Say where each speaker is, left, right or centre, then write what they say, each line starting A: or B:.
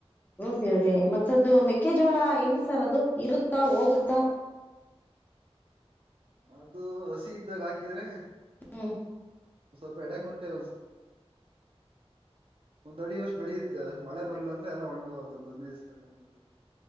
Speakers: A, on the left; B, on the right.
A: ದೇವ್ರೇ ಮತ್ತದು ಮೆಕ್ಕೆಜೋಳ ಹೆಂಗ್ ಸರ್ ಅದು ಇರುತ್ತಾ ಹೋಗುತ್ತ
B: ಅದು ಇದ್ದಾಗ ಹಾಕಿದ್ರೆ
A: ಹ್ಮ್
B: ಸ್ವಲ್ಪ ಎಡೆ ಕುಂಟೆ ಒಂದ್ ಅಡಿ ಅಷ್ಟ್ ಬೆಳಿಯುತ್ತೆ ಮಳೆ ಬರ್ಲ ಅಂದ್ರೆ ಎಲ್ಲ ಒಣಗೋಗತ್ತೆ ಒಂದ್ ಹದಿನೈದು ದಿವಸತಕನ ಇದ್ದು